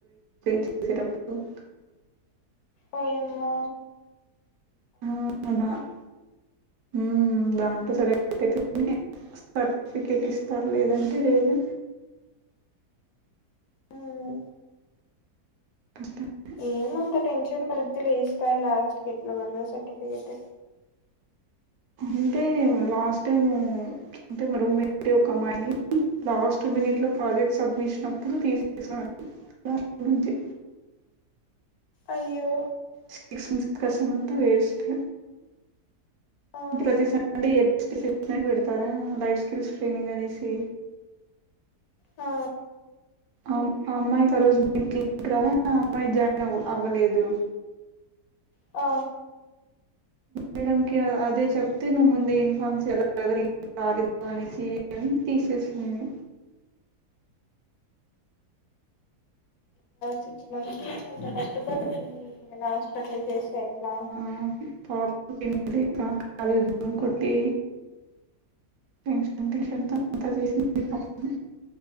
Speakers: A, on the right (about 70°); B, on the left (about 70°).
A: <inaudible>
B: ఓయమ్మో
A: హ్మ్ <inaudible> హ్మ్ దాంతో <inaudible> <inaudible> సర్టిఫికెట్ ఇస్తారు లేదంటే లేేదు
B: ఉమ్,
A: కష్టమే
B: ఏమంత టెన్షన్ పడొద్దులే ఇస్తారు లాస్ట్ కి ఎట్లోగట్ల సర్ఫికెట్
A: అంటే లాస్ట్ టైం అంటే మా రూమెట్ ఒక అమ్మాయిని లాస్ట్ మినిట్ లో ప్రాజెక్ట్ సబ్మిషన్ అప్పుడు తీసేస్నారు దానిగురించి
B: అయ్యో
A: సిక్స్ మంత్స్ కష్టం అంతా వేస్ట్
B: ఆ
A: అంటే ప్రతి సండే <inaudible> పెడతారా లైఫ్ స్కిల్స్ ట్రైనింగ్ అనేసి.
B: ఆ
A: అం అమ్మాయికి ఆ రోజు <inaudible> మీ అమ్మాయ్ జాయిన్ అవ్వలేదు
B: అ
A: మేడం కి అదే చెప్తే నువ్వు ముందే ఇన్ఫామ్ చేయాల <inaudible> రాలేదు అనేసి హ్మ్ తీసేసింది
B: సిక్స్ మంత్స్ నుంచి ఎంత కష్టపడి ఉం ఇంక లాస్ట్ లో అట్లా చేస్తే యేట్లా
A: <inaudible> కుట్టి టెన్షన్ టెన్షన్ తో అంత చేసింది పపామ్